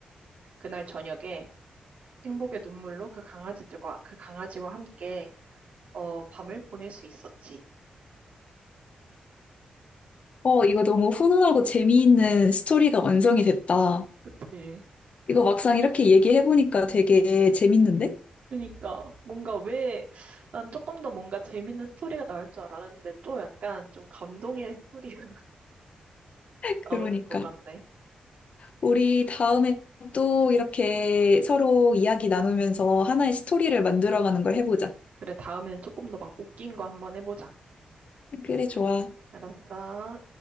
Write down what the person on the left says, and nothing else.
어, 이거 너무 훈훈하고 재미있는 스토리가 완성이 됐다.
이거 막상 이렇게 얘기해보니까 되게 재밌는데?
그러니까.
우리 다음에 또 이렇게 서로 이야기 나누면서 하나의 스토리를 만들어가는 걸 해보자.
그래, 좋아.